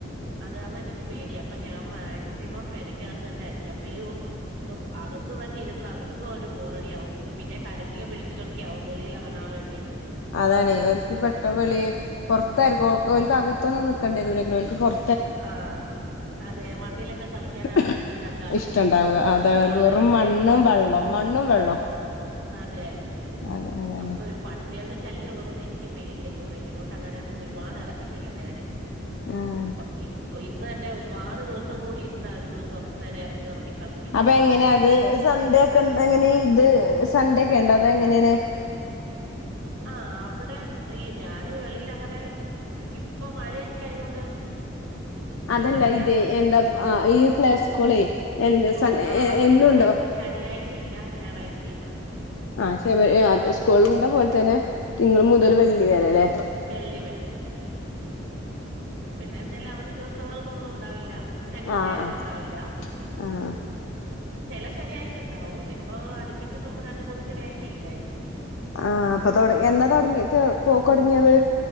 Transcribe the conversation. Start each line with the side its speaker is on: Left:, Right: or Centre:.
Right: അത് കാരണം എനിക്ക് പേടിയ അപ്പൊ ഞാൻ മാക്സിമം പെരക്കകത്ത് തന്നായിരിക്കും അപ്പൊ ഈ ഓ അഗ വന്നു ഇരുന്ന് അവർക്കും ഒരു ബോറടിയാവും പിന്നെ കരച്ചിലും പിഴിച്ചിലും ഒക്കെ ആവും വെളിയിൽ ഇറങ്ങാൻ വേണ്ടി
Left: അതാണെയ് ഓൽക്ക് പെട്ട വെളിയ പൊറത്തായിരിക്കും ഓർക് അകത്ത് തൊന്നും നിക്കണ്ടേ <unintelligible> ഓൽക്ക് പൊറ
Right: ആഹ് അതെ മണ്ണിലൊക്കെ
Left: <unintelligible>
Right: കളിക്കാനാണ് ഇഷ്ടം രണ്ടാൾക്കും
Left: ഇഷ്ടണ്ടാവാ അതാണ്
Right: ആഹ്
Left: വെറും
Right: അതെ
Left: മണ്ണും
Right: അപ്പൊ
Left: വെള്ളം മണ്ണും വെള്ളം
Right: അതെ
Left: അതെ അതാണ്
Right: അപ്പൊ ഇ പ പട്ടികളുടെ ശല്യള്ളത്കൊണ്ട് എനിക്ക് പേടിയപ്പൊ വെളിയിലോട്ടങ്ങനെ ഒരുപാട് ഇറക്കത്തില്ല ഞാന്
Left: ആഹ്
Right: ഇപ ഇപ്പൊ ഇന്ന് തന്നെ ഒരുപാട് ദിവസം കൂടിയിരുന്നാ ഒരു കൊറച്ച് നേരം ഇറക്കി നിർത്തി കളിപ്പിച്ചേ
Left: അപ്പൊ എങ്ങനെയത് സൺഡേ ഒക്കെണ്ട് എങ്ങനെ ഇത് സണ്ടേ ഒക്കെണ്ടോ അതൊങ്ങനേണ്
Right: ആ അവിടെ ഈ ഞാന് വെളിൽ അങ്ങനെ ഇപ്പൊ മഴയൊക്കെ ആയത് കൊണ്ട്
Left: അതല്ല
Right: അങ്ങനെ
Left: ഇത്
Right: എറക്ക്ന്ന്
Left: എന്താ ഈ പ്ലേ സ്കൂളേ
Right: പ്ലേ
Left: എന്ത്
Right: സ്കൂളില്
Left: സൺ
Right: ആ അവിടെ
Left: എന്നുണ്ടോ
Right: ശ ശനിയാഴ് ഇല്ല ഞായറായ്ചയില്ല
Left: ആ <unintelligible> അത് സ്കൂള്ണ്ട പോലെ തന്നെ തിങ്കൾ മുതൽ
Right: അതെ
Left: വെള്ളി വരെ ലേ
Right: വെള്ളി വരെ പിന്നെ എന്തേലും അവധി ദിവസങ്ങളിലൊന്നും ഉണ്ടാവില്ല ശനിയും
Left: ആഹ്
Right: ഞായറുണ്ടാവില്ല
Left: ആഹ് ആഹ്
Right: ചെല ശനിയാഴ്ച റ്റ് എണ്ടാവോ വി ഇപ്പൊ അടുപ്പിച്ചിപ്പോ രണ്ട് മൂന്ന് ശനിയാഴ്ച ഇല്ലാരുന്നു
Left: ആ അപ്പൊ തുട എന്നാ തൊടങ്ങിയത് പോക്കൊടങ്ങിയത്